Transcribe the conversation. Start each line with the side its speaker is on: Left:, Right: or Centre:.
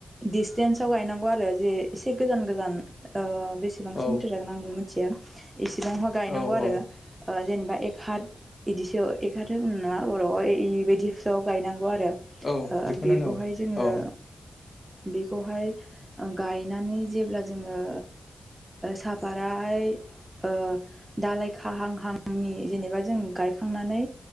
Right: दिडसटेन्साव गायनांगौ आरो जे एसे गोजान गोजान ओ, बेसेबां
Left: औ
Right: मिटार जागोन आं मिथिया इसेबांहा गायनांगौ
Left: औ
Right: आरो
Left: औ
Right: जेनेबा एक हाथ बिदिसो एक हाथ होनोमोन नामा बर'आवबायदिसोआव गायनांगौ, बेखौ आरो
Left: औ बेखौनो
Right: बेखौहाय
Left: औ
Right: जोङो
Left: औ
Right: बेखौहाय, गायनानै जेब्ला जोङो, साफताहाय ओ दालाय खाहां <unintelligible> जेनेबा जों गायखांनानै